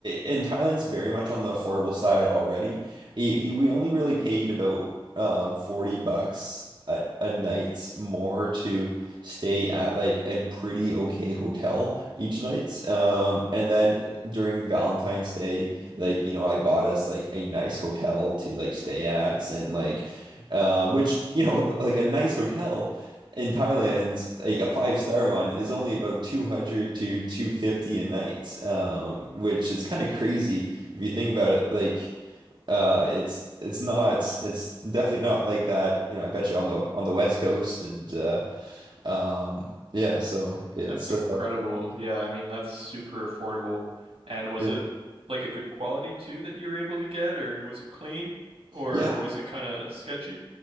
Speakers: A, on the right; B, on the right.
A: in Thailand's very much on the affordable side already. Y- y- We only really paid about um 40 bucks a, a night more to stay at like a pretty okay hotel each night. Um, and then during Valentine's Day, like, you know, I bought us like a nice hotel to like stay at and like um, which, you know, <laughs> like a nice hotel in Thailand, like a five star one, is only about 200 to 250 a night, um, which is kind of crazy if you think about it. Like, uh, it's it's not it's definitely not like that, you know, I bet you on the on the West Coast and uh, um, yeah, so it's
B: That's incredible.
A: uh,
B: Yeah, I mean that's super affordable. And was
A: yeah.
B: it like a good quality too that you were able to get, or was it clean, or
A: Yeah,
B: was it kind of sketchy?